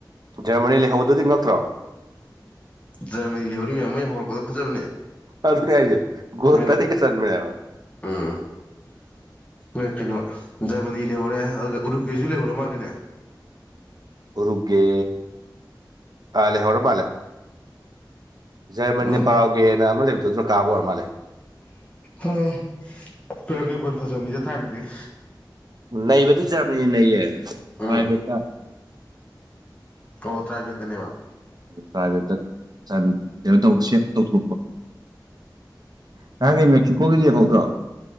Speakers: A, on the right; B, on the left.
A: ꯖꯔꯃꯅꯤ ꯂꯩꯍꯧꯕꯗꯨꯗꯤ ꯉꯛꯇ꯭ꯔꯣ
B: ꯖꯔꯃꯅꯤ ꯂꯩꯍꯧꯔꯤ ꯃꯌꯥꯝ ꯃꯣꯏ ꯍꯧꯔꯛꯄꯗꯣ ꯐꯖꯕꯅꯦ
A: ꯑꯗꯨꯅꯦ ꯍꯥꯢꯖꯦ ꯒꯣꯜ
B: ꯅꯣꯏꯅ
A: ꯇꯔꯦꯠꯀ ꯆꯟꯕꯅꯦ ꯍꯥꯢꯕ
B: ꯎꯝ ꯍꯣꯏ ꯀꯩꯅꯣ ꯖꯔꯃꯅꯤ ꯂꯩꯍꯧꯔꯦ ꯑꯗꯨꯒ ꯎꯔꯨꯒꯦꯁꯨ ꯂꯩꯍꯧꯔꯣ ꯃꯥꯜꯂꯦꯅꯦ
A: ꯎꯔꯨꯒꯦ ꯑ ꯂꯩꯍꯧꯔ ꯃꯥꯜꯂꯦ ꯖꯔꯃꯟꯅꯅ
B: ꯎꯝ
A: ꯄꯔꯥꯎꯒꯦꯅ ꯑꯃ ꯂꯩꯕꯗꯣ ꯑꯗꯨꯅ ꯀꯥꯕ ꯑꯣꯏꯔ ꯃꯥꯜꯂꯦ
B: ꯍꯣꯏ-ꯍꯣꯏ ꯄꯦꯔꯨꯒꯦ ꯕꯣꯟ ꯐꯖꯕꯅꯤꯗ ꯊꯥꯏꯅꯗꯒꯤ
A: ꯅꯩꯕꯗꯤ ꯖꯔꯃꯤꯅꯤ ꯅꯩꯌꯦ ꯇ꯭ꯔꯥꯏꯚꯦꯛꯇ
B: ꯎꯝ ꯑꯣ ꯇ꯭ꯔꯥꯏꯕꯦꯛ ꯇꯅꯦꯕ
A: ꯗ꯭ꯔꯥꯏꯚꯦꯠꯇ ꯆꯟ ꯀꯩꯅꯣꯇꯧ ꯁꯦꯞ ꯇꯧꯊꯣꯔꯛꯄ ꯉꯔꯥꯡꯒꯤ ꯃꯦꯛꯁꯤꯀꯣꯒꯤ ꯌꯦꯡꯍꯧꯗ꯭ꯔꯣ